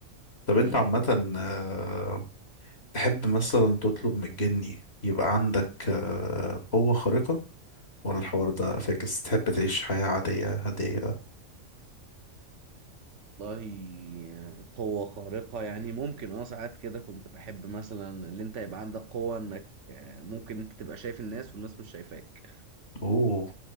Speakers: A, on the left; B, on the right.
A: طب
B: مم.
A: انت عامة آه، تحب مثلا تطلب من الجني يبقى عندك آه، قوة خارقة ولا الحوار ده فاكس تحب تعيش حياة عادية هادية
B: والله قوة خارقة يعني ممكن اه ساعات كده كنت بحب مثلا اللي انت يبقى عندك قوة انك آه، ممكن انت تبقى شايف الناس والناس مش شايفاك
A: اوه